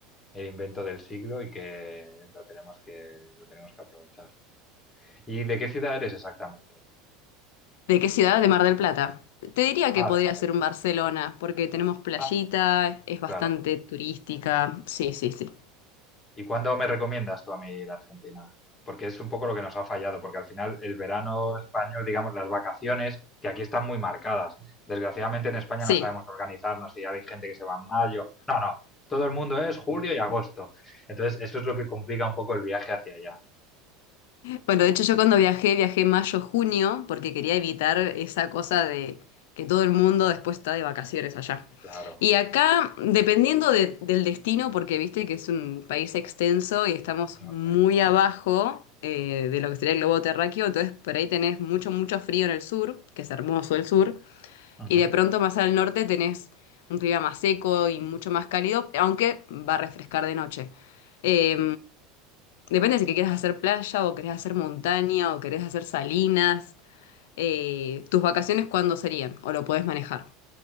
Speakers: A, on the left; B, on the left.
A: el invento del siglo y que lo tenemos que, lo tenemos que aprovechar. ¿Y de qué ciudad eres exactamente?
B: ¿De qué ciudad? De Mar del Plata. Te diría
A: Ah,
B: que podría
A: de Mar del
B: ser un Barcelona, porque tenemos playita,
A: Plata. Ah,
B: es
A: claro.
B: bastante turística. Sí, sí, sí.
A: ¿Y cuándo me recomiendas tú a mí ir a Argentina? Porque es un poco lo que nos ha fallado, porque al final el verano español, digamos, las vacaciones, que aquí están muy marcadas. Desgraciadamente en España
B: Sí.
A: no sabemos organizarnos y hay gente que se va en mayo. No, no, todo el mundo es julio y agosto. Entonces, eso es lo que complica un poco el viaje hacia allá.
B: Bueno, de hecho yo cuando viajé, viajé mayo-junio, porque quería evitar esa cosa de que todo el mundo después está de vacaciones allá.
A: Claro.
B: Y acá, dependiendo de- del destino, porque viste que es un país extenso y estamos
A: Enorme.
B: muy abajo eh, de lo que sería el globo terráqueo, entonces por ahí tenés mucho, mucho frío en el sur, que es hermoso el sur,
A: Ujú.
B: y de pronto más al norte tenés un clima más seco y mucho más cálido, aunque va a refrescar de noche. Eh, depende si que quieres hacer playa o querés hacer montaña o querés hacer salinas. Eh, ¿tus vacaciones cuándo serían? ¿O lo podés manejar?